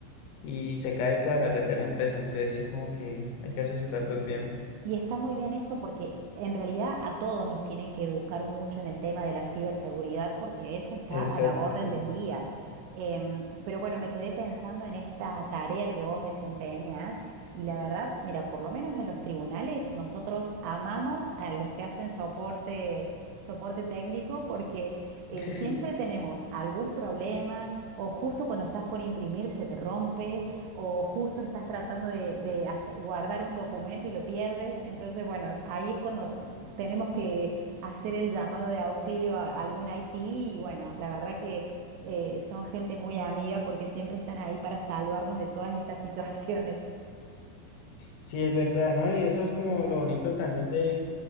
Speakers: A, on the left (about 75°); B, on the right (about 80°).
A: y se cae toda la red de la empresa, entonces sí como que hay que asesorarlos bien.
B: Y está muy bien eso porque en realidad a todos nos tienen que educar mucho en el tema de la ciberseguridad porque eso está
A: Exacto,
B: a la orden
A: sí.
B: del día. Em, pero bueno, me quedé pensando en esta tarea que vos desempeñas y la verdad, mira, por lo menos en los tribunales nosotros amamos a los que hacen soporte, soporte técnico porque eh,
A: <laughs>
B: siempre tenemos algún problema o justo cuando estás por imprimir se te rompe o justo estás tratando de, de hace- guardar un documento y lo pierdes. Entonces, bueno, ahí es cuando tenemos que hacer el llamado de auxilio a algún IT y bueno, la verdad que eh, son gente muy amiga porque siempre están ahí para salvarnos de todas estas <laughs> situaciones.
A: Sí, es verdad, ¿no? Y eso es como lo bonito también de